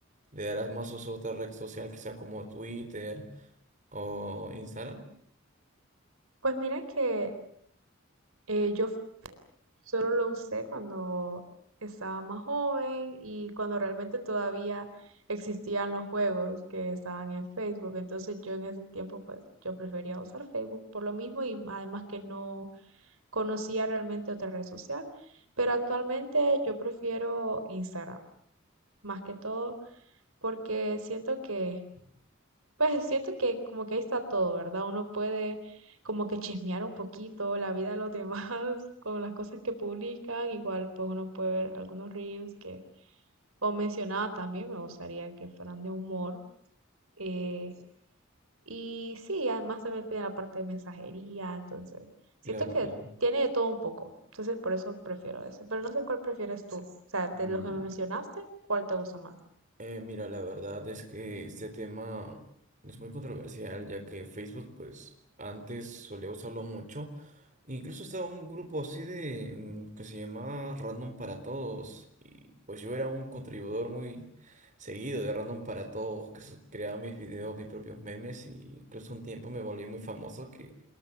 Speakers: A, on the right; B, on the right.
A: le darás más uso a otra red social, quizá como Twitter o Instagram.
B: Pues mira que eh, yo f- solo lo usé cuando estaba más joven y cuando realmente todavía existían los juegos que estaban en Facebook. Entonces yo en ese tiempo pues yo prefería usar Facebook por lo mismo y además que no conocía realmente otra red social. Pero actualmente yo prefiero Instagram más que todo porque siento que Pues siento que como que ahí está todo, ¿verdad? Uno puede como que chismear un poquito la vida de los demás <laughs> con las cosas que publican. Igual pues uno puede ver algunos reels que, como mencionaba también, me gustaría que fueran de humor. eh, y sí, además también pide la parte de mensajería, entonces siento
A: Claro,
B: que
A: claro.
B: tiene de todo un poco. Entonces por eso prefiero ese. Pero no sé cuál prefieres tú. O sea, de
A: Mm,
B: los que me mencionaste, ¿cuál te gusta más?
A: Eh, mira, la verdad es que este tema es muy controversial, ya que Facebook, pues antes solía usarlo mucho, Incluso estaba un grupo así de mm, que se llamaba Random para Todos y pues yo era un contribuidor muy seguido de Random para Todos que su- creaba mis videos, mis propios memes y incluso un tiempo me volví muy famoso que